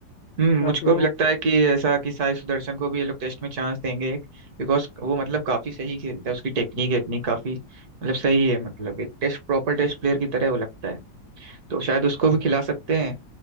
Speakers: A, on the right (about 60°); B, on the left (about 80°).
A: हम्म
B: या
A: मुझको
B: फिर वो
A: भी लगता है कि ऐसा कि साई सुदर्शन को भी ये लोग टेस्ट में चांस देंगे बिकॉज वो मतलब काफी सही खेलता है उसकी टेक्निक वेक्निक काफी मतलब सही है मतलब एक टेस्ट प्रॉपर टेस्ट प्लेयर की तरह वो लगता है तो शायद उसको भी खिला सकते हैं